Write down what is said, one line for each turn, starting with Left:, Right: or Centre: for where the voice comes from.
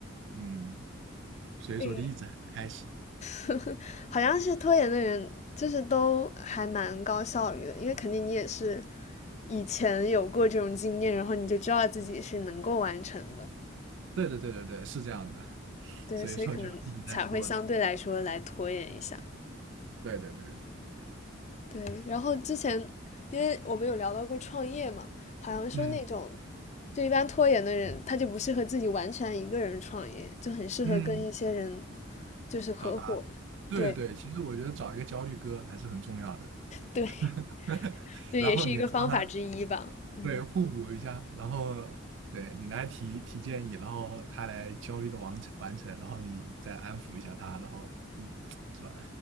Right: 嗯，所以说就一直还不开始。
Left: 诶。<laughs> 好像是拖延的人，就是都还蛮高效率的，因为肯定你也是以前有过这种经验，然后你就知道自己是能够完成的，
Right: 对对对对对，是这样的，
Left: 对，
Right: 所以说就一直在拖着。
Left: 所以可能才会相对来说来拖延一下。
Right: 对对对对，
Left: 对，然后之前因为我们有聊到过创业嘛，好像说那种
Right: 嗯
Left: 就一般拖延的人，他就不适合自己完全一个人创业，就很适合跟一些人
Right: 嗯，
Left: 就是合伙。
Right: 找搭子。对对，
Left: 对
Right: 其实我觉得找一个焦虑哥还是很重要的。
Left: 对，
Right: <laughs>
Left: 这也是一个方法之一吧。
Right: 然后你来帮他
Left: 嗯。
Right: 对互补一下，然后对你来提提建议，然后他来焦虑的完成完成，然后你再安抚一下他，然后嗯，是吧？